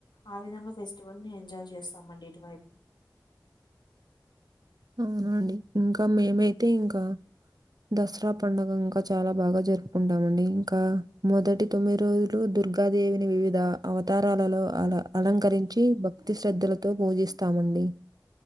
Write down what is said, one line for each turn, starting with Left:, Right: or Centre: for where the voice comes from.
Left: ఆ విధంగా ఫెస్టివల్ ని ఎంజాయ్ చేస్తామండి ఇటువైపు
Right: అవునండి ఇంకా మేమైతే ఇంకా దసరా పండుగ ఇంకా చాలా బాగా జరుపుకుంటామండి ఇంకా మొదటి తొమ్మిది రోజులు దుర్గా దుర్గాదేవిని వివిధ అవతారాలలో అల అలంకరించి భక్తి శ్రద్ధలతో పూజిస్తామండి ఇంకా